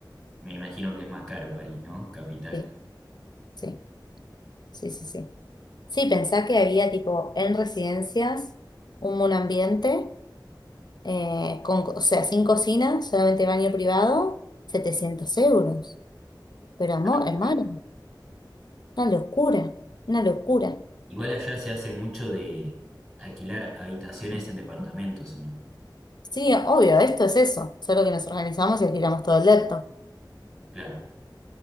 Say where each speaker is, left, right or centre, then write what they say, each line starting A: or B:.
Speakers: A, in the centre; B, on the left.
A: Me imagino que es más caro París, ¿no? Capital,
B: ¿sí? Sí, sí, sí, sí. Sí, pensá que había tipo en residencias un monoambiente, eh, con, co- o sea, sin cocina, solamente baño privado, 700 euros. Pero amor,
A: una locura.
B: hermano, una locura, una locura.
A: Igual allá se hace mucho de alquilar habitaciones en departamentos, ¿o no?
B: Sí, obvio, esto es eso, solo que nos organizamos y alquilamos todo el depto.
A: Claro.